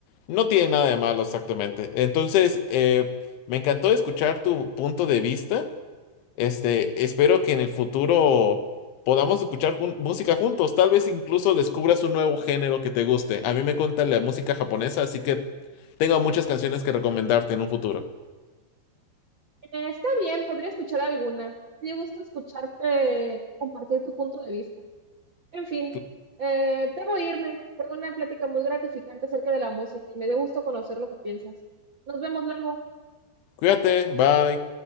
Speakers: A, on the left; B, on the right.
A: No tiene nada de malo exactamente. Entonces, eh, me encantó escuchar tu punto de vista. Este, espero que en el futuro podamos escuchar jun- música juntos. Tal vez incluso descubras un nuevo género que te guste. A mí me encanta la música japonesa, así que tengo muchas canciones que recomendarte en un futuro.
B: Eh, Está bien, podría escuchar alguna, me gusta escucharte compartir tu punto de vista. En fin,
A: Cu-
B: eh, debo irme, fue una plática muy gratificante acerca de la música y me dio gusto conocer lo que piensas. Nos vemos luego.
A: Cuídate,
B: Bye.
A: bye.